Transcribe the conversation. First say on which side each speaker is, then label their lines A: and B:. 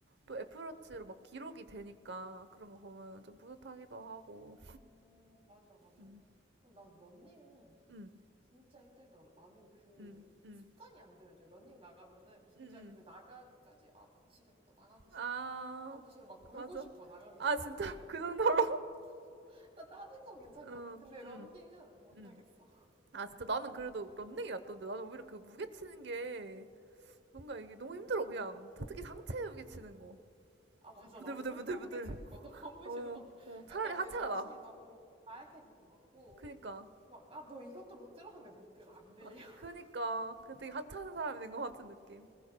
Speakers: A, on the right (about 65°); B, on the right (about 30°).
A: 또 애플워치로 막 기록이 되니까 그런 거 보면 좀 뿌듯하기도 하고.
B: 어, 맞아, 맞아.
A: 음,
B: 난 런닝은
A: 음,
B: 진짜 힘들더라. 나는 그
A: 음, 음,
B: 습관이 안 들어져. 런닝 나가면은 진짜
A: 음, 음.
B: 그 나가기까지 아, 미치겠다. 나가기 싫어.
A: 아,
B: 너무 싫어. 막 울고
A: 맞아.
B: 싶어. 나가기
A: 아,
B: 싫어서.
A: 진짜,
B: <laughs>
A: <laughs> 그 정도로?
B: 어, 나 다른 건 괜찮거든.
A: 음,
B: 근데
A: 음,
B: 런닝은 못
A: 음.
B: 하겠어.
A: 아, 진짜 나는 그래도 런닝이 낫던데. 나는 오히려 그 무게 치는 게 뭔가 이게
B: 음.
A: 너무 힘들어 그냥 특히 상체에 치는 거
B: 아, 맞아.
A: 부들부들부들부들
B: 나도 상체 무게 치는 거 너무
A: 어,
B: 싫어. <laughs>
A: 어 차라리
B: 약간
A: 하체가
B: 내 자신이
A: 나어
B: 너무 나약해진 것 같고.
A: 그니까
B: 막, 아, 너 이것도 못 들어? 근데 못 들어. 안 들려.
A: 아
B: <laughs>
A: 그니까 그냥 되게 하찮은 사람이 된 것 같은 느낌